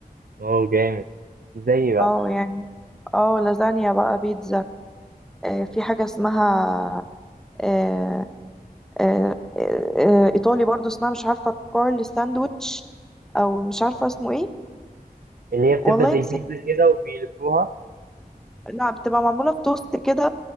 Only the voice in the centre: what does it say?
اه يعني اه لازانيا بقى بيتزا آه في حاجه اسمها آه آه آه آه ايطالي برضه اسمها مش عارفه كارل ساندويتش او مش عارفه
اسمه ايه
والله
نسيت
لا بتبقى معموله في توست كده